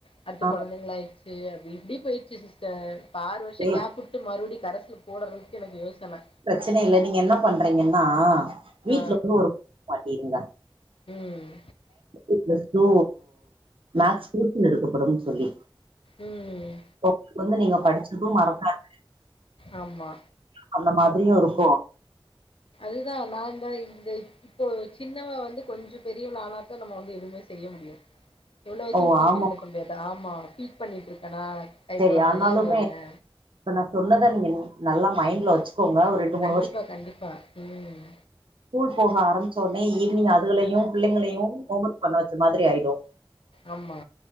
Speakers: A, on the left (about 80°); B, on the right (about 70°).
A: அடுத்து
B: ஆ
A: கொழந்தைங்கள் ஆயிட்ச்சு அப்டி இப்டி போய்ச்சி சிஸ்டர் காறு வர்ஷு
B: ஏ
A: கேப்புட்டு மறுவ்டி கரஸ்லப் போடறுக்கு எனக்கு யோசன
B: ப்ரச்சன இல்ல நீங்க என்ன பண்றீங்கன்னா வீட்ல
A: ஆ.
B: <inaudible> மாட்டிருங்க
A: ம்
B: ட்டு பிளஸ் டூ மேக்ஸ் குரூப்புன் எடுக்கப்படும் சொல்லி
A: ம்.
B: ஒப் வந்து நீங்க படிச்சது மறக்காது
A: ஆம்மா
B: அந்த மாதிரியு இருக்கு
A: அதுதா நா தா இந்த இப்போ சின்னவ வந்து கொஞ்ச பெரியவளா ஆனாத் த்தா நம்ம வந்து எதுமே செய்ய முடியு இவ்ள வச்சிக்கிட்
B: ஓ
A: டியூஷன்
B: ஆமா
A: எடுக்க முடியாது ஆமா ஃபீட் பண்ணிட்ருக்கனா கை
B: சரி
A: கொழந்தெல்லா
B: ஆனாலுமே
A: இவ்வவே
B: இப்ப நா சொன்னத நீங்க நல்லா மைண்ட்ல வச்சுக்கோங்க ஒரு ரெண்டு மூணு
A: கண்டிப்பா
B: வருஷ
A: கண்டிப்பா ம்.
B: ஸ்கூல் போக ஆரமிசோன்னே ஈவ்னிங் அதுகளையு பிள்ளைங்களையு ஹோம் ஒர்க் பண்ண வச்ச மாதிரி ஆயிடு
A: ஆமா